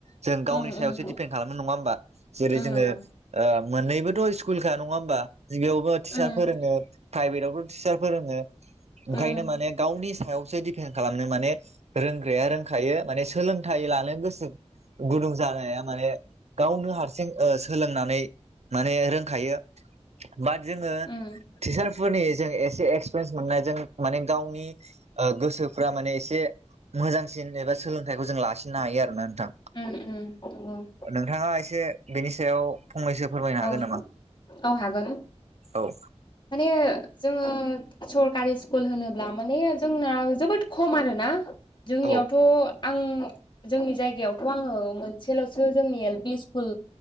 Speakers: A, on the right (about 70°); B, on the left (about 45°).
A: जों
B: उम
A: गावनि सायावसो
B: उम
A: डपेन्ड खालामनो नङा होमबा? जेरै
B: उम नंगौ
A: जोङो ओ मोननैबोथ' स्कुलखा नङा होमबा गबियावबो टिचार
B: उम
A: फोरोङो प्राइभेटावबो' टिचार फोरोङो
B: उम
A: ओंखायनो माने गावनि सायावसो दि सिसन खालामनो माने रोंग्राया रोंखायो माने सोलोंथाइ लानो गोसो गुदुं जानाया माने गावनो हारसिं ओ सोलोंनानै माने रोंखायो। बाट जोङो
B: उम
A: टिचारफोरनि जों एसे एक्सपिरियेन्स मोननाय जों माने गावनि ओ गोसोफ्रा माने एसे मोजांसिन एबा सोलोंथाइखौ जों लासिननो हायो आरो ना नोंथां।
B: उम उम नंगौ
A: नोंथाङा एसे बेनि सायाव फंनैसो फोरमायनो
B: औ
A: हागोन नामा।
B: औ हागोन
A: औ
B: माने जोङो सरकारि स्कुल होनोब्ला माने जोंना जोबोद खम आरोना जोंनियावथ'
A: औ
B: आं जोंनि जायगायावथ' आङो मोनसेल'सो जोंनि एल पि स्कुल